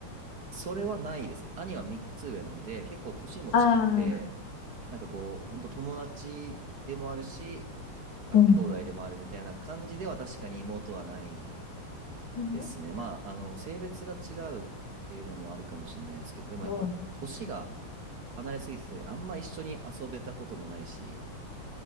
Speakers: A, on the right; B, on the left.
A: それはないですね。兄は3つ上なんで、結構年も近くて、
B: ああ、
A: なんかこう、ほんと友達でもあるし、あの、
B: うん。
A: 兄弟でもあるみたいな感じでは確かに妹はない
B: う
A: ですね。まあ、あの、性別が違うっていうのもあるかもしれないですけど、でもやっぱ、
B: ん
A: 年が離れすぎてて、あんま一緒に遊べたこともないし、